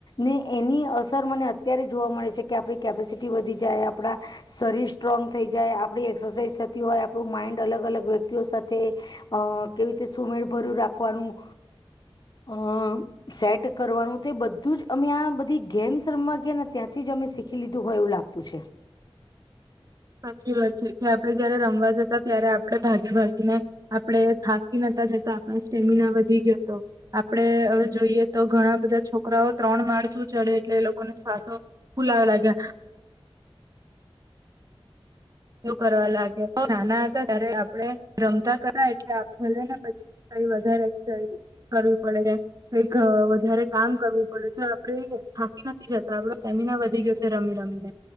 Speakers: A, on the left; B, on the right.
A: ને એની અસર મને અત્યારે જોવા મળે છે કે આપડી કેપેસિટી વધી જાય આપડા શરીર સ્ટ્રોંગ થઈ જાય આપડી એક્સરસાઇઝ થતી હોય આપડું માઈન્ડ અલગ અલગ વ્યક્તિઓ સાથે અહ કેવી રીતે સુમેળ ભર્યું રાખવાનું અહ સેટ કરવાનું તે બધું જ અમે આ બધી ગેમ્સ રમવા જેના ત્યાંથીજ અમે શીખી લીધું હોય એવું લાગતું છે.
B: સાચી વાત છે કે આપડે જયારે રમવા જતા ત્યારે આપડે ભાગી ભાગીને આપડે થાકી નતા જતા આપડું સ્ટેમિના વધી ગયો તો આપડે અહ જોઈએ તો ઘણા બધા છોકરાઓ ત્રણ માળસું ચડે એટલે એ લોકોને શ્વાસો ફુલાવા લાગે. એવું કરવા લાગે નાના હતા ત્યારે આપડે રમતા કર એટલે આપ ભલેને પછી વધારે એ કરવી કરવી પડે કે કઈક અહ વધારે કામ કરવું પડે તો આપડે થાકી નથી જતો આપડો સ્ટેમિના વધી ગયો રમી રમીને